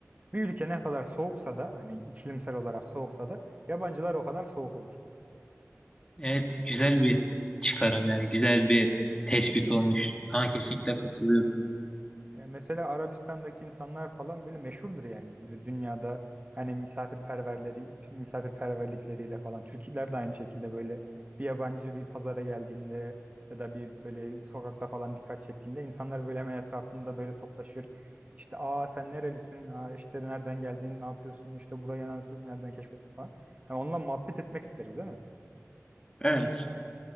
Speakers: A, on the right; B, on the left.
A: Bir ülke ne kadar soğuksa da hani iklimsel olarak soğuksa da yabancılar o kadar soğuk olur.
B: Evet, güzel bir çıkarım yani güzel bir tespit olmuş. Sana kesinlikle katılıyorum.
A: Yani mesela Arabistan'daki insanlar falan böyle meşhurdur yani. Böyle dünyada hani misafirperverleri, misafirperverlikleriyle falan. Türkler de aynı şekilde böyle bir yabancı bir pazara geldiğinde ya da bir böyle sokakta falan dikkat çektiğinde insanlar böyle hemen etrafında böyle toplaşır. İşte aa sen nerelisin? Aa işte nereden geldiğini ne yapıyorsun? İşte burayı nasıl nereden keşfettin falan. Hani onunla muhabbet etmek isteriz değil mi?
B: Evet.